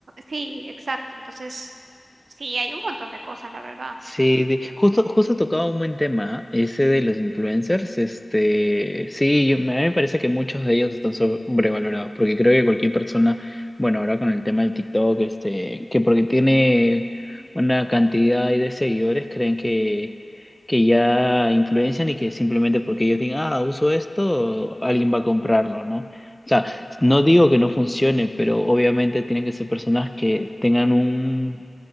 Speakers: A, on the right; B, in the centre.
A: Sí, exacto. Entonces, sí, hay un montón de cosas, la verdad.
B: Sí, de- justo, justo tocaba un buen tema, ¿eh? ese de los influencers. Este, sí, yo- me- a mí me parece que muchos de ellos están sobrevalorados, porque creo que cualquier persona, bueno, ahora con el tema del TikTok, este, que porque tiene una cantidad ahí de seguidores, creen que, que ya influencian y que simplemente porque ellos digan, ah, uso esto, alguien va a comprarlo, ¿no? O sea, no digo que no funcione, pero obviamente tienen que ser personas que tengan un